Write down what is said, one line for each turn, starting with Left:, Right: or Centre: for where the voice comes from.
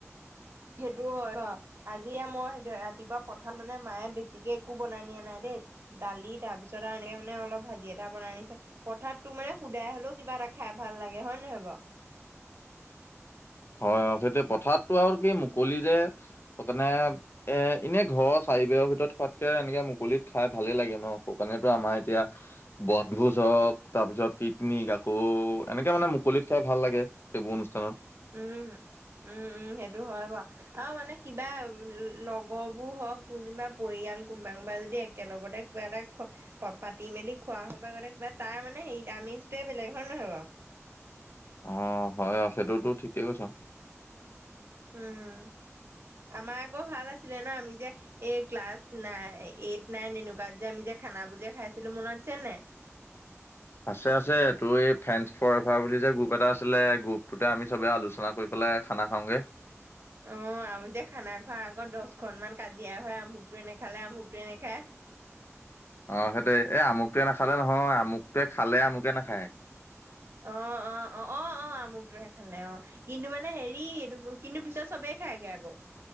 Right: সেইটো হয় বা আজি মই ৰাতিপুৱা প্ৰধান মানে মায়ে বেছিকে একো বনাই নিয়া নাই দেই দালি তাৰপিছত আৰু এনেকে মানে অলপ ভাজি এটা বনাই আনিছে পথাৰত টোৰ মানে শুদাই হলেও কিবা এটা খাই ভাল লাগে হয় নে নহয় বাৰু
Left: হয় হয় সেইটো পথাৰতটো আৰু কি মুকলি যে সেই কাৰণে এ এনে ঘৰৰ চাৰি বেৰৰ ভিতৰত খোৱাত তাকে এনেকে মুকলিত খাই ভালেই লাগে ন শুকালেনো আমাৰ এতিয়া বনভোজ হওক তাৰপিছত পিকনিক আকৌ এনেকে মানে মুকলিত খাই ভাল লাগে এইবোৰ অনুষ্ঠানত
Right: উম উম উম সেইটো হয় বাও অ মানে কিবা লগৰ বোৰ হওক তোৰ যেনিবা পৰিয়াল কোনোবা কোনোবা যদি একেলগতে কিবা এটা পাতি মেলি খোৱা হয় বা কিবাটা কিবা তাৰ মানে হেৰি আমেজটোৱে বেলেগ হয় নহয় বাৰু
Left: অ হয় অছেতোটো ঠিকে কৈছ
Right: উম আমাৰ আকৌ ভাল আছিলে না আমি যে এ ক্লাছ নাই এইট নাইন এনেকুৱাত যে আমি যে খানা বোৰ যে খাইছিলো মনত আছে নে নাই
Left: আছে আছে তোৰ এই ফ্ৰেন্স ফোৰেভাৰ বুলি যে গ্ৰুপ এটা আছিলে গ্ৰুপটোতে আমি চবে আলোচনা গৈ পেলাই খানা খাওঁগে
Right: অ আমি যে খানা খোৱাৰ আগত দহখন মান কাজিয়া হয় আমুকটো এনেখালে আমুকটো এনেখায়
Left: অ সেইতোয়ে এই আমুকটোৱে নাখালে নহয় আমুকটোৱে খালে আমুকে নাখায়
Right: অ অ অ অ অ আমুকটোয়ে হে খালে অ কিন্তু মানে হেৰি এইটো কিন্তু পিছত সবেই খাইগে আকৌ